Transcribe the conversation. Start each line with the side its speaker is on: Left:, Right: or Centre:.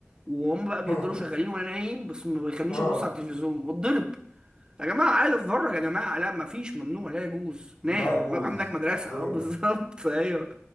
Right: وهم بقى بيفضلوا
Left: <laughs>
Right: شغالين وانا نايم بس ما بيخلينيش
Left: آه،
Right: ابص على التلفزيون واتضرب يا جماعه عايز اتفرج يا جماعه لا ما فيش ممنوع لا يجوز نام
Left: لا يجوز
Right: ما- عندك مدرسه
Left: حرفيا
Right: اه بالظبط <laughs> ايوه